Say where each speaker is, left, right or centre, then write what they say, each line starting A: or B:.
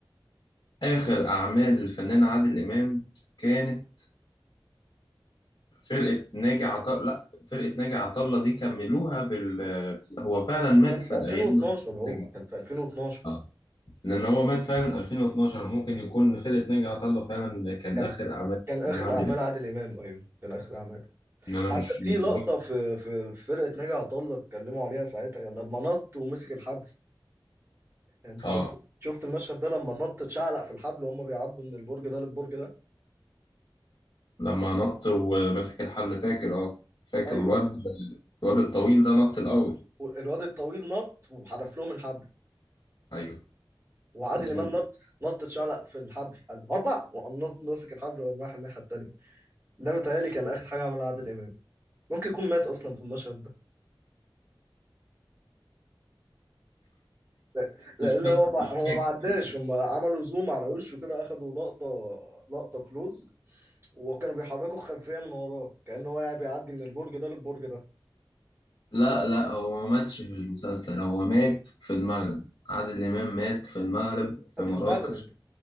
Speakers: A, on the left; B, on the right.
A: اخر اعمال الفنان عادل امام كانت فرقة ناجي عطا لا فرقة ناجي عطا الله دي كملوها بال هو فعلا مات
B: كان في
A: في ايام
B: 2012 هو
A: ناجي عطا
B: كان
A: الله
B: في 2012
A: آه. لان هو مات فعلا 2012 ممكن يكون فرقة ناجي عطا الله فعلا كان
B: كان
A: اخر اعمال
B: كان اخر
A: الفنان عادل
B: اعمال
A: امام
B: عادل امام ايوه كان اخر اعماله
A: إن انا
B: حتى
A: مش متذكر
B: في لقطه في في في فرقه ناجي عطا الله اتكلموا عليها ساعتها يعني لما نط ومسك الحبل يعني انت
A: اه
B: شفت شفت المشهد ده لما نط اتشعلق في الحبل وهم بيعدوا من البرج ده للبرج ده
A: لما نط وماسك الحل فاكر اه فاكر
B: ايوه
A: الواد الواد الطويل ده نط الاول
B: الواد الطويل نط وحدف لهم الحبل
A: ايوه
B: وعادل
A: مظبوط
B: امام نط نط اتشعلق في الحبل قال هوبا وقام نط- ماسك الحبل وقام رايح الناحيه التانيه ده متهيألي كان آخر حاجة عملها عادل إمام ممكن يكون مات أصلا في المشهد ده لا لا
A: مش
B: اللي
A: فاكر
B: هو ما
A: مش
B: هو
A: فاكر
B: ما عداش هم عملوا زوم على وشه كده أخدوا لقطة لقطة كلوز وكانوا بيحركوا الخلفية من وراه كأنه هو يعني بيعدي من البرج ده للبرج ده
A: لا لا هو ما ماتش في المسلسل هو مات في المغرب عادل إمام مات في المغرب في
B: في
A: مراكش
B: المغرب